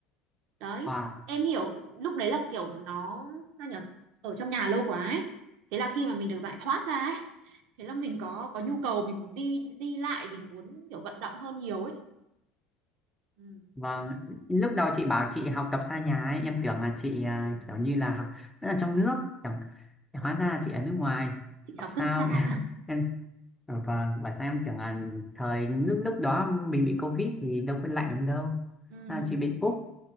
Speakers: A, on the right; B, in the centre.
A: đấy
B: Wow.
A: em hiểu lúc đấy là kiểu nó sao nhỉ ở trong nhà lâu quá ấy. thế là khi mà mình được giải thoát ra ấy thế là mình có có nhu cầu mình muốn đi đi lại mình muốn kiểu vận động hơn nhiều ấy Ừ.
B: Vâng, lúc đầu chị bảo chị học tập xa nhà ấy, em tưởng là chị à, kiểu như là học rất là trong nước, chẳng hóa ra chị ở nước ngoài.
A: chị
B: Học
A: học
B: sao?
A: rất xa
B: <laughs> Em Ờ, Vâng, và sao em
A: Ừ.
B: tưởng là thời lúc lúc đó mình bị Covid thì đâu có lạnh lắm đâu.
A: ừ.
B: À, chỉ bên Úc,